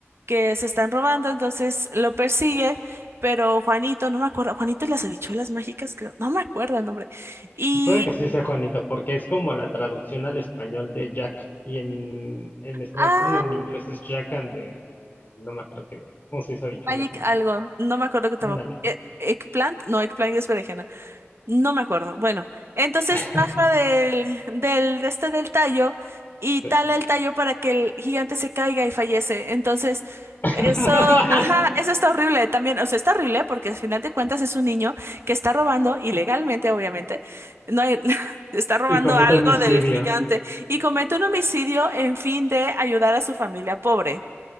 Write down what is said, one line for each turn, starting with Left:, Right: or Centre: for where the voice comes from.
Right: que se están robando, entonces lo persigue, pero Juanito, no me acuerdo, Juanito y las habichuelas mágicas, creo, no me acuerdo el nombre. Y...
Left: Puede que sí sea Juanito, porque es como la traducción al español de Jack. Y en, en Estados
Right: Ah,
Left: bueno, en inglés es Jack and the- No me acuerdo qué. ¿Cómo se dice habichuelas
Right: Magic
Left: en inglés?
Right: algo, no me acuerdo que tampoco.
Left: Ándale.
Right: e- Eggplant, no, eggplant es berenjena. No me acuerdo. Bueno, entonces
Left: <laughs>
Right: baja del, del, este del tallo y
Left: Sí.
Right: tala el tallo para que el gigante se caiga y fallece. Entonces,
Left: <laughs>
Right: eso, ajá, eso está horrible también. O sea, está horrible porque al final de cuentas es un niño que está robando ilegalmente, obviamente. No hay- <laughs> está robando
Left: Y comete
Right: algo
Left: homicidio.
Right: del gigante y comete un homicidio en fin de ayudar a su familia pobre.